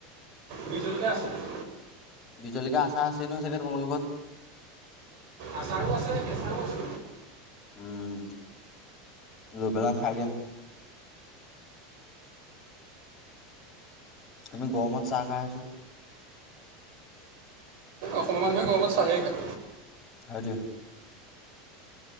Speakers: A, on the right (about 55°); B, on the left (about 20°).
A: বিহ জলকীয়া আছে।
B: বিহ জলকীয়াৰ আচাৰ আছেই নহয় চাগে তোমালোকৰ ঘৰত?
A: আচাৰো আছে, কেঁচাও আছে।
B: উম, লৈ পেলাই খাই দিয়া। আমি গৰমত চাহ খাই আছোঁ।
A: অসমৰ মানুহে গৰমত চাহে খায়।
B: হেইটোৱে।